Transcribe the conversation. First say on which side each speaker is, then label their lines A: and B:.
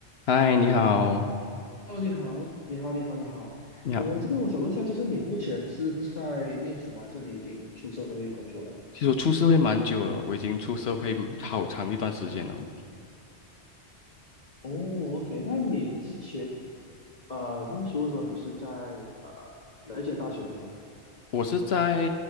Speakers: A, on the left (about 65°); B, on the left (about 40°).
A: 嗨，你好，
B: 哦，你好，你好，你好，你好。
A: 你好。
B: 呃，这边我想问一下，就是你目前是在念书吗？还是你已经出社会工作了？
A: 其实我出社会蛮久了，我已经出社会好长一段时间了。嗯，
B: 哦，OK，那你之前呃念书的时候，你是在呃哪一间大学念的啊
A: 我是在